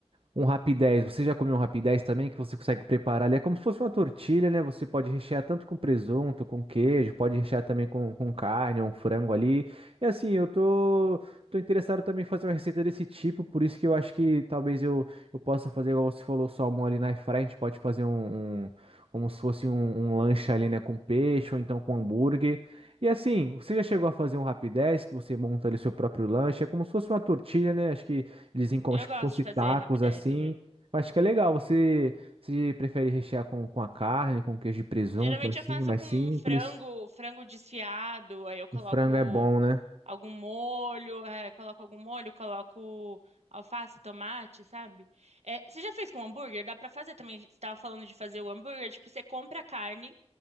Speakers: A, on the right (about 60°); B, on the right (about 80°).
A: Um rapidez, você já comeu um rapidez também que você consegue preparar ali? É como se fosse uma tortilha, né? Você pode rechear tanto com presunto, com queijo, pode rechear também com, com carne, um frango ali. É assim, eu tô, tô interessado também em fazer uma receita desse tipo, por isso que eu acho que talvez eu, eu possa fazer, igual você falou, salmão ali na air a gente pode fazer um, um- como se fosse um, um lanche ali, né? Com peixe ou então com hambúrguer. E assim, você já chegou a fazer um rapidez que você monta ali seu próprio lanche? É como se fosse uma tortilha, né? Acho que Dizem como
B: Eu
A: acho
B: gosto
A: que fosse
B: de fazer
A: tacos
B: rapidez
A: assim.
B: também.
A: Eu acho que é legal. Você se prefere rechear com, com a carne, com queijo e presunto,
B: Geralmente
A: assim,
B: eu faço
A: mais
B: com
A: simples.
B: um frango, frango desfiado, aí eu coloco
A: O frango é bom, né?
B: algum molho, é, coloco algum molho, coloco alface, tomate, sabe? É, você já fez com hambúrguer? Dá pra fazer também. Você tava falando de fazer o hambúrguer, tipo, você compra a carne,